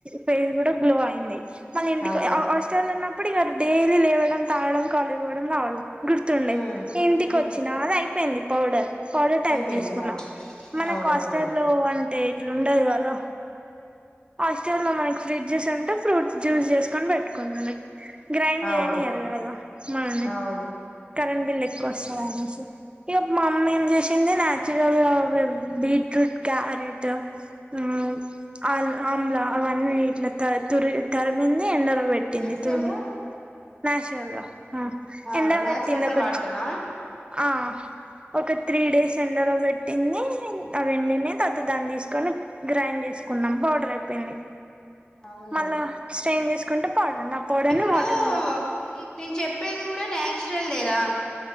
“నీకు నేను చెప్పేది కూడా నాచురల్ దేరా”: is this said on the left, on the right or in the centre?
Left